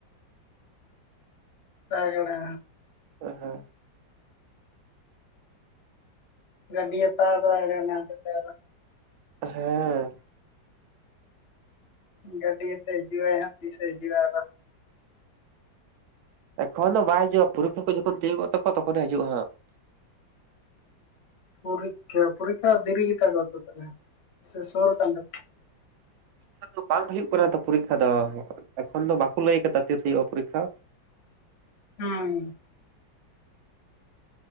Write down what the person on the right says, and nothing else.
<unintelligible>
ᱦᱮᱸ,
ᱮᱠᱷᱚᱱ ᱫᱚ ᱵᱟᱭ ᱦᱤᱡᱩᱜᱼᱟ, ᱯᱚᱨᱤᱠᱠᱷᱟ ᱠᱚ ᱡᱚᱠᱷᱚᱱ ᱛᱤᱭᱳᱜ ᱛᱟᱠᱚᱣᱟ ᱛᱚᱠᱷᱚᱱᱮ ᱦᱤᱡᱩᱜᱼᱟ ᱦᱟᱸᱜ ᱾
ᱱᱤᱛ ᱫᱚ ᱵᱟᱝ ᱦᱩᱭᱩᱜ ᱠᱟᱱᱟ ᱛᱚ ᱯᱚᱨᱤᱠᱠᱷᱟ ᱫᱚ ᱮᱠᱷᱚᱱ ᱫᱚ ᱵᱟᱠᱚ ᱞᱟᱹᱭ ᱟᱠᱟᱫᱟ ᱛᱤᱥ ᱦᱩᱭᱩᱜᱼᱟ ᱯᱚᱨᱤᱠᱠᱷᱟ?